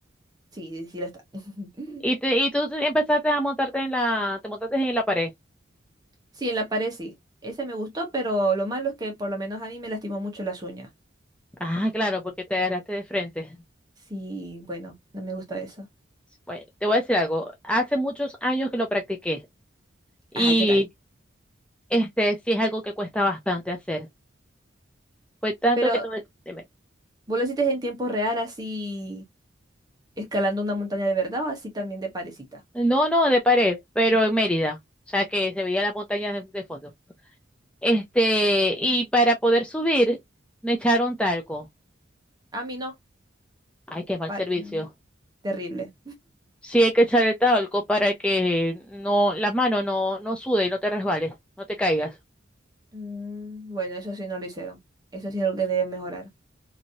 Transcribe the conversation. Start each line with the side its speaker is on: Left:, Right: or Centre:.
Right: Sí, sí lo está. <laughs>
Centre: Y, te, y tú te- empezaste a montarte en la, te montaste en la pared.
Right: Sí, en la pared sí. Ese me gustó, pero lo malo es que por lo menos a mí me lastimó mucho las uñas.
Centre: Ah, claro, porque te agarraste de frente.
Right: Sí, bueno, no me gusta eso.
Centre: Bueno, te voy a decir algo. Hace muchos años que lo practiqué y
Right: Ajá, ¿y ¿qué tal?
Centre: este sí es algo que cuesta bastante hacer. Pues tanto
Right: Pero,
Centre: que no, dime.
Right: ¿vos lo hiciste en tiempo real así escalando una montaña de verdad o así también de parecita?
Centre: no, no, de pared, pero en Mérida, o sea que se veía la montaña de, de fondo. Este, y para poder subir, me echaron talco.
Right: A mí no.
Centre: Ay, qué mal
Right: Para-
Centre: servicio.
Right: Terrible.
Centre: Sí hay que echar el talco para que no, las manos no, no sude y no te resbales, no te caigas.
Right: Mm, bueno, eso sí no lo hicieron. Eso sí es algo que deben mejorar.